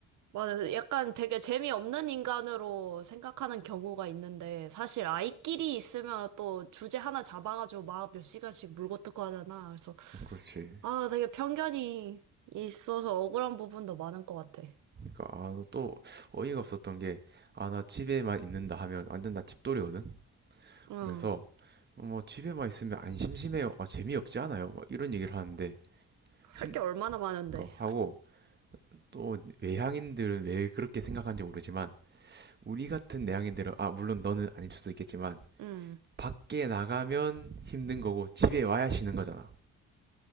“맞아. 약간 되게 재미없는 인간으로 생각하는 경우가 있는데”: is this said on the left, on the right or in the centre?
Right